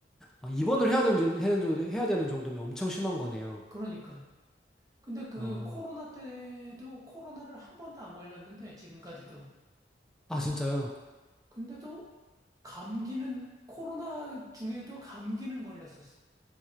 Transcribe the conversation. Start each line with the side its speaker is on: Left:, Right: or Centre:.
Centre: 아, 입원을 해야 되는, 정- 해야 되는 정- 해야 되는 정도면 엄청 심한 거네요.
Right: 그러니까. 근데 그
Centre: 어,
Right: 코로나 때도 코로나를 한 번도 안 걸렸는데, 지금까지도.
Centre: 아, 진짜요?
Right: 근데도 감기는 코로나 중에도 감기는 걸렸었어.